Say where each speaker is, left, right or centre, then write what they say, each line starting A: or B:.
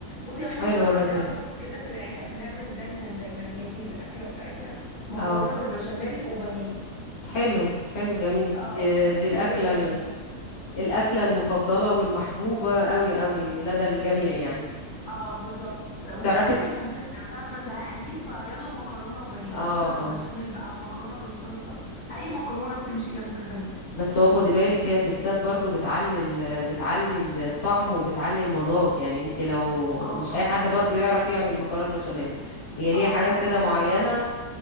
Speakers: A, on the left; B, on the left.
A: بصي احنا
B: حلوة
A: اصلا عندنا
B: جميلة
A: طقس كده في العيلة بنعمل دايما دايما هي دي الأكلة بتاعتنا مكرونة
B: اه
A: بالبشاميل وبانيه
B: حلو حلو جميل
A: اه
B: دي
A: ف-
B: دي الاكلة
A: فهي دايما
B: الأكلة المفضلة والمحبوبة قوي قوي لدى الجميع يعني
A: اه بالظبط والسهل
B: تعرفي
A: الممتنع فاهمة زهقانين فيلا مكرونة وبانيه مكرونة
B: اه
A: بالبشاميل
B: اه
A: بقى مكرونة بالصلصة اي مكرونة بتمشي جنب البانيه
B: بس هو خدي بالك فيها تستات برضو بتعلي ال- بتعلي الطعم وبتعلي المذاق يعني انت لو
A: اه
B: مش
A: طبعا
B: اي حد برضو يعرف يعمل مكرونه البشاميل هي ليها
A: اه
B: حاجات
A: اه طبعا
B: كده معينه
A: بجد